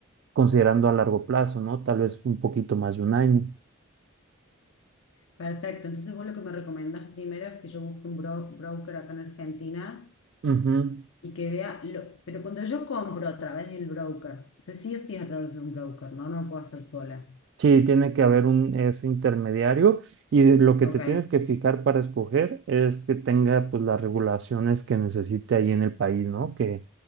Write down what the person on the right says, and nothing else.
considerando a largo plazo, ¿no? Tal vez un poquito más de un año.
Ujú.
Sí, tiene que haber un ese intermediario y de- lo que
te tienes que fijar para escoger es que tenga pues las regulaciones que necesite ahí en el país, ¿no? Que,